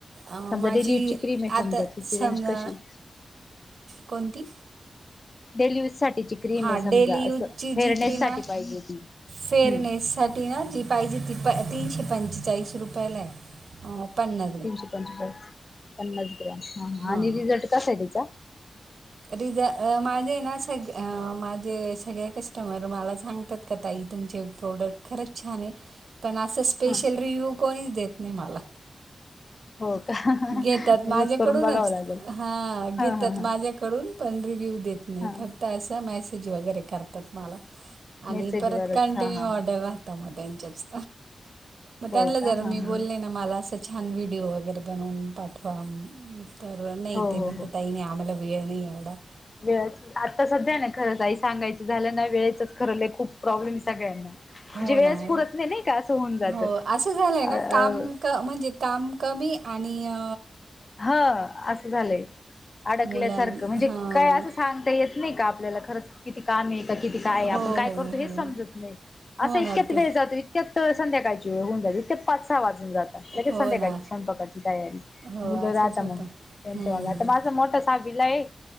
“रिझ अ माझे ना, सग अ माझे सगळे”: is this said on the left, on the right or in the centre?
Right